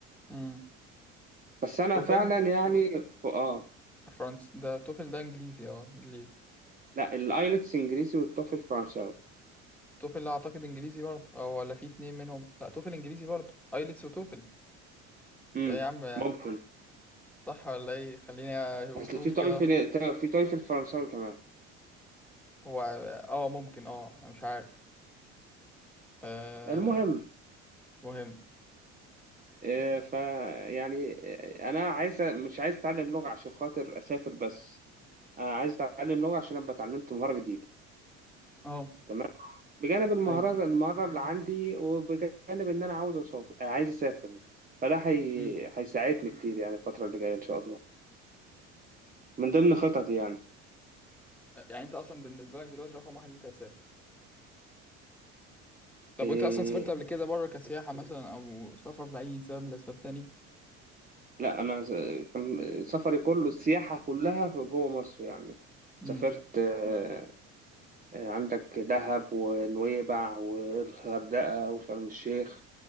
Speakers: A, in the centre; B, on the right.
A: امم
B: بس انا
A: توفل
B: فعلا يعني اه
A: فرنس ده توفل ده انجليزي اه انجليزي
B: لا الايلتس انجليزي والتوفل فرنساوي
A: والتوفل اعتقد انجليزي برضه او ولا في اتنين منهم لا توفل انجليزي برضه ايلتس وتوفل
B: امم
A: ده يا عم
B: ممكن
A: صح ولا ايه خليني
B: اصل
A: اشوف
B: في تويفل
A: كده واحد.
B: في تويفل فرنساوي كمان
A: هو اه ممكن اه أنا مش عارف آه
B: المهم
A: مهم
B: آه، ف يعني آه، انا عايز مش عايز اتعلم لغه عشان خاطر اسافر بس انا عايز اتعلم لغه عشان ابقى اتعلمت مهاره جديده
A: اه
B: تمام بجانب المهارة
A: ايوه
B: المهارة اللي عندي وبجانب إن أنا عاوز أسافر عايز أسافر فده حي...
A: مم.
B: هيساعدني كتير يعني الفترة اللي جاية إن شاء الله من ضمن خططي يعني
A: يعني انت اصلا بالنسبه لك دلوقتي رقم واحد إن انت هتسافر طب
B: إيه...
A: وانت اصلا سافرت قبل كده بره كسياحه <laughs> مثلا او سافر لاي سبب من اسباب تاني
B: لا أنا س- كان سفري كله السياحة كلها في جوه مصر يعني
A: امم
B: سافرت آه، آه، عندك دهب ونويبع والغردقة وشرم الشيخ